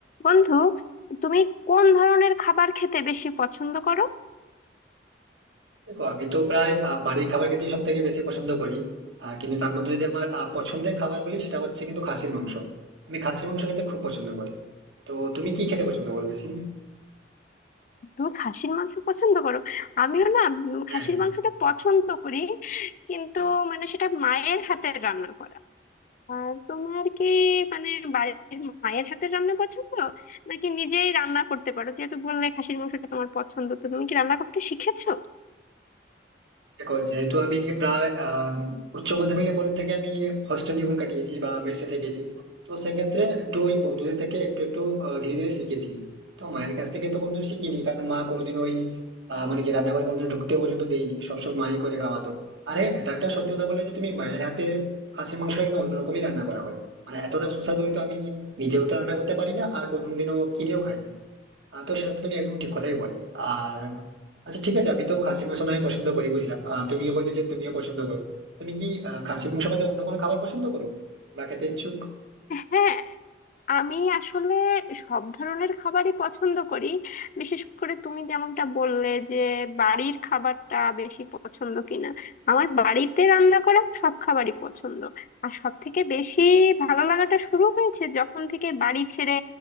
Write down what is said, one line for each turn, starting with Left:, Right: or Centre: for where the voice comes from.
Left: বন্ধু তুমি কোন ধরনের খাবার খেতে বেশি পছন্দ করো
Right: দেখো আমি তো প্রায় আহ, বাড়ির খাবার খেতেই সব থেকে বেশি পছন্দ করি আহ, কিন্তু তার মধ্যে যদি আমার আহ, পছন্দের খাবার বলি সেটা হচ্ছে কিন্তু খাসির মাংস আমি খাসির মাংস খেতে খুব পছন্দ করি তো তুমি কি খেতে পছন্দ করো বেশি
Left: তুমি খাসির মাংস পছন্দ করো আমিও না উম, খাসির
Right: হ্যাঁ
Left: মাংসটা পছন্দ করি কিন্তু মানে সেটা মায়ের হাতের রান্না করা আর তোমার কি মানে বাড়ির মায়ের হাতের রান্না পছন্দ নাকি নিজেই রান্না করতে পারো যেহেতু বললে খাসির মাংসটা তোমার পছন্দ তো তুমি কি রান্না করতে শিখেছো
Right: দেখো যেহেতু আমি প্রায় আহ, উচ্চ মাধ্যমিকের পরের থেকে আমি হস্টেল জীবন কাটিয়েছি বা মেসে থেকেছি তো সেক্ষেত্রে একটু ওই বন্ধুদের থেকে একটু একটু আহ, ধীরে ধীরে শিখেছি তো মায়ের কাছ থেকে তো কোনোদিন শিখিনি কারণ মা কোনোদিন ওই আহ, মানে কি রান্নাঘরে কোনোদিন ঢুকতে পর্যন্ত দেয়নি সবসময় মাই করে খাওয়াতো আরে এটা একটা সত্যি কথা বলে যে তুমি মায়ের হাতের খাসির মাংসটা কিন্তু অন্যরকমই রান্না করা হয় মানে এতটা সুস্বাদু হয়তো আমি নিজেও তো রান্না করতে পারি না আর কোনোদিনও কিনেও খাই না আহ, তো সেটা তো তুমি একদম ঠিক কথাই বললে আর আচ্ছা ঠিক আছে আমি তো খাসি মাংস নয় পছন্দ করি বুঝলাম আহ, তুমিও বললে যে তুমিও পছন্দ করো তুমি কি আহ, খাসি মাংস বাদে অন্য কোনো খাবার পছন্দ করো বা খেতে ইচ্ছুক
Left: হ্যাঁ আমি আসলে সব ধরনের খাবারই পছন্দ করি বিশেষ করে তুমি যেমনটা বললে যে বাড়ির খাবারটা বেশি পছন্দ কিনা আমার বাড়িতে রান্না করা সব খাবারই পছন্দ আর সব থেকে বেশি ভালো লাগাটা শুরু হয়েছে যখন থেকে বাড়ি ছেড়ে